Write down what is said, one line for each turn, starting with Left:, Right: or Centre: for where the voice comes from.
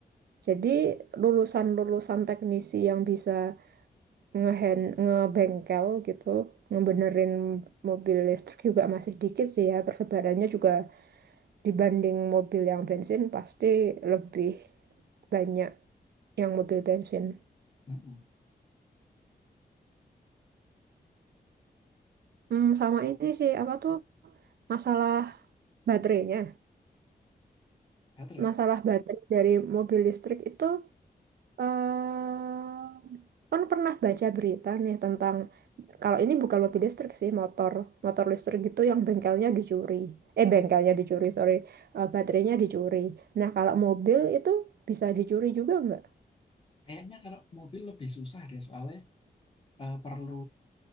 Right: jadi lulusan-lulusan teknisi yang bisa ngehen ngebengkel gitu, ngebenerin mobil listrik juga masih dikit sih ya. Persebarannya juga dibanding mobil yang bensin pasti lebih banyak yang mobil bensin.
Left: Mm-mm.
Right: Hmm, sama ini sih apa tuh masalah baterainya.
Left: baterai
Right: Masalah baterai dari mobil listrik itu Em, kan pernah baca berita nih tentang kalau ini bukan mobil listrik sih motor motor listrik gitu yang bengkelnya dicuri eh bengkelnya dicuri sorry Eh, baterainya dicuri nah kalau mobil itu bisa dicuri juga nggak
Left: kayaknya kalau mobil lebih susah deh soalnya eh, perlu